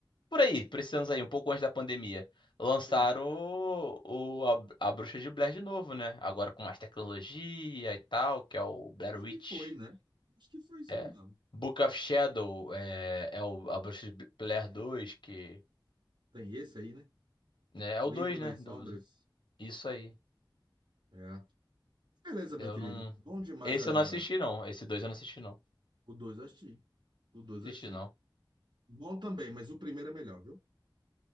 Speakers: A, on the left; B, on the right.
A: por aí, por esses anos aí, um pouco antes da pandemia, lançaram
B: tem.
A: o, o- a, a Bruxa de Blair de novo, né? Agora com mais tecnologia e tal, que é o Blair
B: Eu acho
A: Witch.
B: que foi, né? Acho que foi isso
A: É.
B: mesmo.
A: Book of Shadow é, é o, a Bruxa de Blair 2, que
B: Tem esse aí, né?
A: né, é o
B: Livro
A: 2,
B: das
A: né? do-
B: Sombras.
A: isso aí.
B: É. Beleza,
A: Eu
B: meu querido.
A: não.
B: Bom demais
A: Esse
B: a...
A: eu não assisti, não. Esse 2 eu não assisti, não.
B: o 2 assisti. O 2
A: Assisti,
B: assisti.
A: não.
B: Bom também, mas o primeiro é melhor, viu?